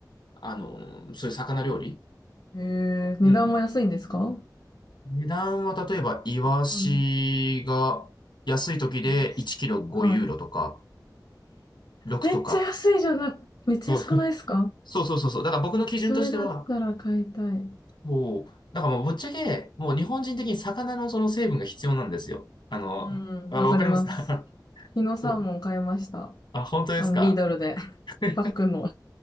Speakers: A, on the left (about 85°); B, on the left (about 65°).
A: あの、そういう魚料理。
B: ええ値段も安いんですか
A: うん。値段は例えば、イワシが安い時で1キロ5ユーロとか、
B: うん。イワシはい。
A: 6とか。
B: めっちゃ安いじゃな、めっちゃ安くないですか
A: そうそう。そうそうそうそう。だから僕の基準としては、
B: それだったら買いたい。
A: こう、なんかもうぶっちゃけ、もう日本人的に魚のその成分が必要なんですよ。あの、
B: うん、
A: あ、
B: わかります。
A: わかりますか
B: 昨日サーモン買いました。
A: <laughs> うん。あ、本当ですか
B: あの、リードルで。<laughs>
A: <laughs>
B: パックンの。